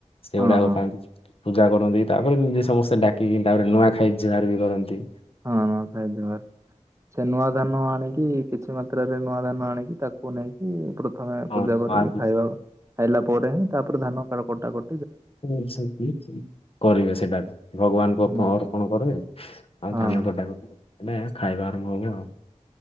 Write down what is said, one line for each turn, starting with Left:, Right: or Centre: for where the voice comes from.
Left: ସେଉଡାକ
Right: ହଁ ହଁ।
Left: ଖାଆନ୍ତି। ପୂଜା କରନ୍ତି ତାପରେ ନିଜେ ସମସ୍ତେ ଡାକିକି ତାପରେ ନୂଆଖାଇ ଜୁହାର ବି କରନ୍ତି।
Right: ହଁ ନୂଆଖାଇ ଜୁହାର ସେ ନୂଆ ଧାନ ଆଣିକି କିଛି ମାତ୍ରାରେ ନୂଆ ଧାନ ଆଣିକି ତା କୁ ନେଇକି ପ୍ରଥମେ
Left: ହଁ
Right: ପୂଜା
Left: ନୂଆ
Right: କରିକି ଖାଇବା ଖାଇଲା ପରେ ହିଁ ତାପରେ ଧାନ କା କଟାକ
Left: <unintelligible> କରିବେ ସେଟାକୁ ଭଗବାନଙ୍କୁ ଓପ
Right: ହଁ
Left: ଅର୍ପଣ କରିବେ ଆଉ
Right: ହଁ
Left: ଧାନ କଟାକଟି ରେ ହେନେ ଖାଇବା ଆରମ୍ଭ ହବ ଆଉ।